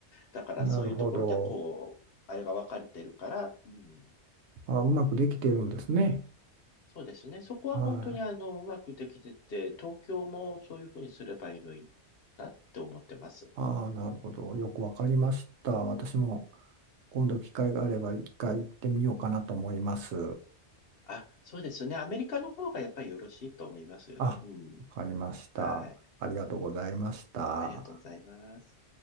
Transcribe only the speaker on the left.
だからそういうところでこう、
あれが分かれてるから、うん、
そうですね。そこは本当にあの、
うまくできてて、東京もそういうふうにすればいいのにって思ってます。
あ、そうですね。アメリカの方がやっぱりよろしいと思いますよ。
うん。
はい。
ありがとうございます。